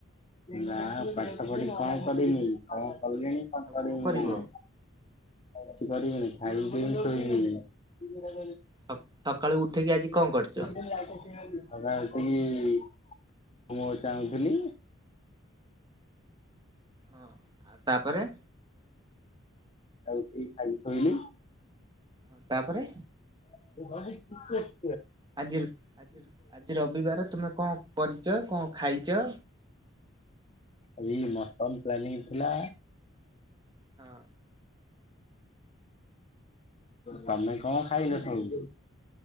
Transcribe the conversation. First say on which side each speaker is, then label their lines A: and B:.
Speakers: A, on the left; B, on the right.
A: ନା ପାଠ ପଢି କଣ କରିମି କଣ କଲିଣି କଁ
B: ଆଉ
A: କରିମି
B: କଣ କରିବ?
A: ମୁଁ କିଛି କରିବିନି ଖାଇମୀ ପିଇମି ଶୋଇ ପଡିବି
B: ସ ସକାଳୁ ଉଠେଇକି ଆଜି କଁ କରୁଚ?
A: <unintelligible> ଦବା ହେତିକି ମୁଁ ଚାହୁଁଥିଲି।
B: ହଁ, ଆଉ ତାପରେ?
A: ଆଉ ଉଠିକି ଖାଇ ଶୋଇଲି।
B: ହଁ ତାପରେ?
A: <unintelligible>
B: ଆଜି ଆଜି ଆଜି ରବିବାର ତୁମେ କଣ କରିଛ? କଣ ଖାଇଛ?
A: ଆଜି ମଟନ ପ୍ଲାନିଂ ଥିଲା।
B: ହଁ।
A: ତମେ କଣ ଖାଇଲ ସବୁ?